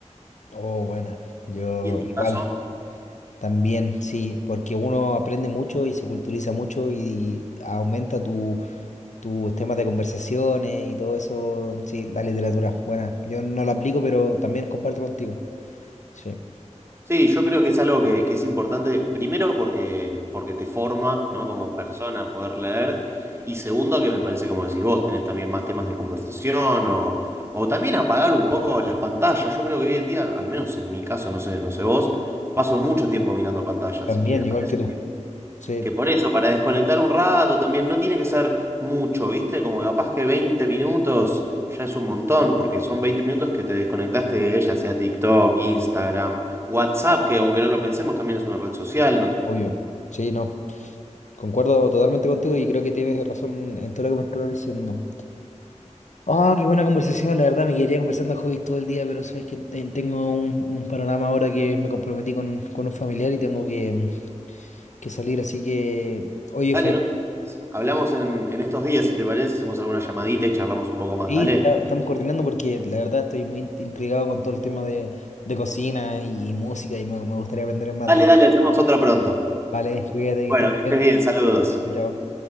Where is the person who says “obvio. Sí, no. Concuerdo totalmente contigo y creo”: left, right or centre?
Left